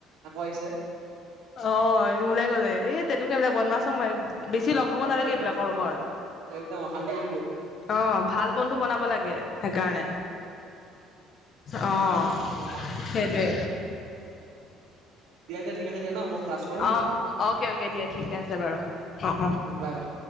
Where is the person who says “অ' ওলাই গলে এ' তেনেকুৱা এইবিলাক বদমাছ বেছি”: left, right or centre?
Left